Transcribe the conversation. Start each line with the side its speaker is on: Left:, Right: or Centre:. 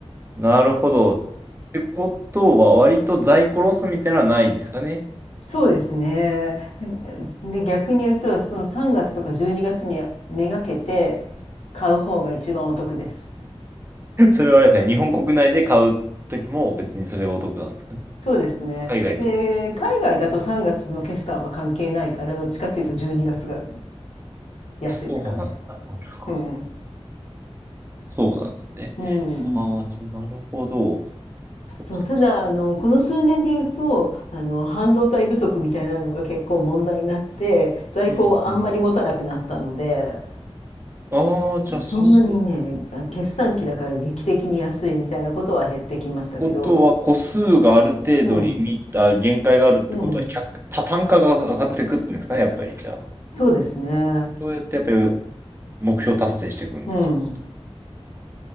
Right: なるほど。ってことは、割と在庫ロスみたいなのはないんですかね。
Left: そうですね。で、で逆に言うと、その3月とか12月にがつにめがけて買う方が一番お得です。
Right: <laughs> それはあれですね、日本国内で買うときも別にそれがお得なんですかね。
Left: そうですね。
Right: 海外とか。
Left: で、海外だと3月の決算は関係ないから、どっちかっていうと12月がつが安いですかね。
Right: そうなんだ。なるほど。
Left: うん
Right: そうなんですね。
Left: うん、
Right: ああ、つなるほど。そっかそっか。
Left: そうただあのこの数年で言うとあの半導体不足みたいなのが結構問題になって在庫をあんまり持たなくなったので
Right: うんうん。ああ、じゃあ、そん
Left: そんなにね決算期だから劇的に安いみたいなことは減ってきましたけど、
Right: うんことは、個数がある程度リミッター、
Left: うん
Right: 限界があるってことは、
Left: うん、
Right: 客た単価が上がっていくっていうんですかね、やっぱり。じゃあ、
Left: そうですね、
Right: そうやってやっぱり目標達成していくんですよね。
Left: うん